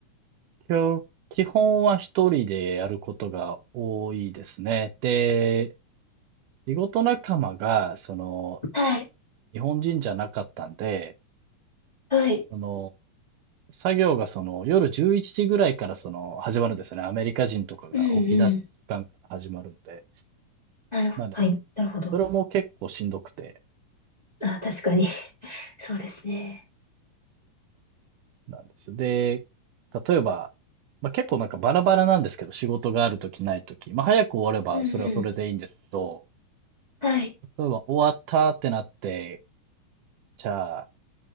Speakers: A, on the right; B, on the left.
A: きょ基本は一人でやることが多いですね。で、仕事仲間が、その、
B: はい。
A: 日本人じゃなかったんで、
B: はい。
A: その、作業がその夜11時ぐらいからその始まるんですよね。アメリカ人とかが起き出す時間から始まるんで。
B: うんうん。なるほ、
A: なんで、
B: はい、なるほど。
A: それも結構しんどくて。
B: あ、確かに。<laughs> そうですね。
A: なんですよ。で、例えば、まあ、結構なんかバラバラなんですけど、仕事があるときないとき。まあ、早く終わればそれはそれでいいんですけど、
B: うんうん。はい。
A: 例えば終わったってなって、じゃあ